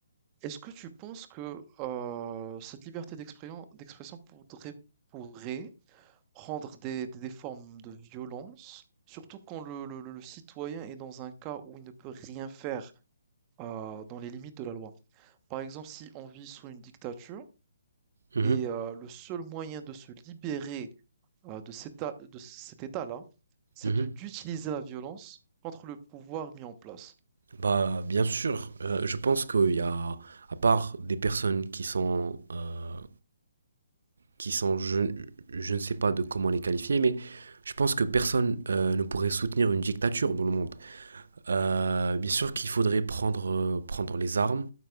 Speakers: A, on the right (about 25°); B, on the right (about 70°).
A: est-ce que tu penses que euh, cette liberté d'expression d'expression pourrait, pourrait prendre des, des- des formes de violence, surtout quand le, le- le- le citoyen est dans un cas où il ne peut rien faire euh, dans les limites de la loi? Par exemple, si on vit sous une dictature
B: mhm,
A: et euh, le seul moyen de se libérer euh, de cet, état- de cet état-là, c'est
B: mhm.
A: de- d'utiliser la violence contre le pouvoir mis en place.
B: Bah, bien sûr, euh, je pense qu'il y a, à part des personnes qui sont euh, qui sont, je, je ne sais pas de comment les qualifier, mais je pense que personne euh, ne pourrait soutenir une dictature dans le monde. Euh, bien sûr qu'il faudrait prendre, euh, prendre les armes